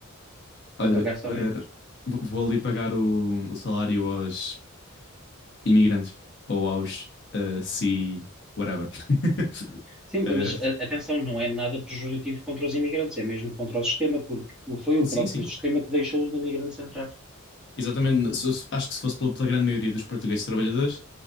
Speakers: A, in the centre; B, on the left.
A: para
B: Olha,
A: pagar só menos.
B: eh, vou vou ali pagar o, o salário aos imigrantes ou aos eh, si, whatever. <laughs>
A: Sim,
B: Eh,
A: mas a- atenção, não é nada pejorativo contra os imigrantes, é mesmo contra o sistema, porque o- foi o
B: sim,
A: próprio
B: sim.
A: sistema que deixou os imigrantes entrar.
B: Exatamente, se- acho que se fosse pela, pela grande maioria dos portugueses trabalhadores,